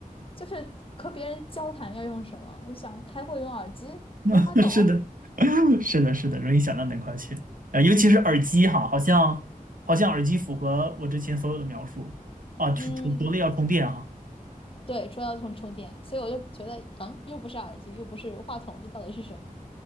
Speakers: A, on the left (about 40°); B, on the right (about 70°).
A: 就是和别人交谈要用什么？我就想开会用耳机，
B: <laughs>
A: 用话筒，
B: 是的，<laughs> 是的，是的，容易想到哪块去啊，尤其是耳机哈，好像好像耳机符合我之前所有的描述啊，除除除了要充电哈，
A: 嗯，对，说要用充电，所以我就觉得，嗯，又不是耳机，又不是话筒，这到底是什么？